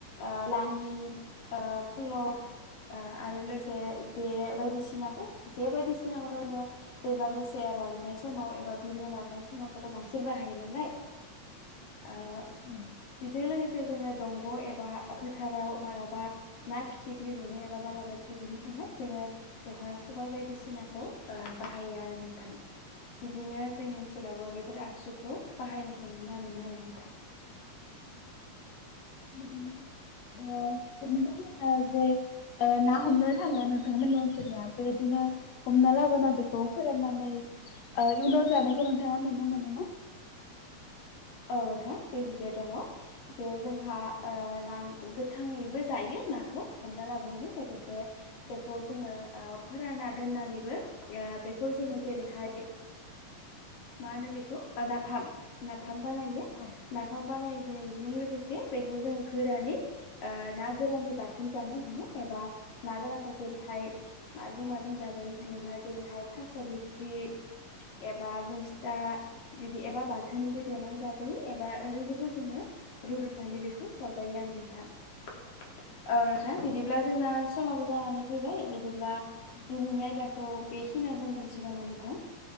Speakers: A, on the left (about 75°); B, on the left (about 55°).
A: ओ लाङि आ फल' आ आरो लोगोसे जे बायदिसिनाखौ जे बायदिसिनाखौथ' जों दैमा दैसायाव राननाय समाव एबा बिलो राननाय समायफोराव बांसिन बाहायो नालाय ओ
B: औ
A: बेजों लोगोसे जोङो दंग' एबा फोथाराव मालाबा ना फिथिख्रि गुरनो एबा बालाबाथि गुरनो थाखाय जोङो बेवहाय खबाय बायदिसिनाखौ बाहायो आरो नोंथां।
B: <inaudible>
A: बिदिनो जोंनि ओनसोलावबो बेफोर आगजुखौ बाहायनायखौ नुनो मोनो आरो। नोंथां
B: बिदिनो ओ नोंथांमोनहा बे ओ ना हमनो थाङो नोंथांमोननि ओनसोलनिया बेबायदिनो हमना लाबोना बेखौ फोराननानै इयुनाव जानायखौ नोंथाङा नुनो मोनो ना?
A: औ नोंथां बे हुदाया दङ जे जोंहा ना गोथाङैबो जायो। नाखौ हमना लाबोनानै लोगोसे
B: औ
A: बेखौ जोङो फोराना दोननानैबो बेखौ जोङो जेरैहाय मा होनो बेखौ नाफाम नाफाम बानायो
B: औ
A: नाफाम बानायनायजों लोगोसे बेखौ जोङो गोरानै ना गोराननि बाथोन जानो थाखाय एबा ना गोरानखौ जेरै खाय माजों माजों जाजायो होनोब्ला जेरैहाय थास' बिथ्रि एबा मैस्था बिदि एबा बाथोनबो देनानै जाजायो एबा ओरैनोबो जोङो रुदबनानै बेखौ जाजायो आरो नोंथां। औ नोंथां बिदिब्ला जोंना समाबो जानानै फैबाय बिदिब्ला
B: औ
A: दिनैनि आयदाखौ बेखिनियाव दोनथोंसै नामा नोंथां?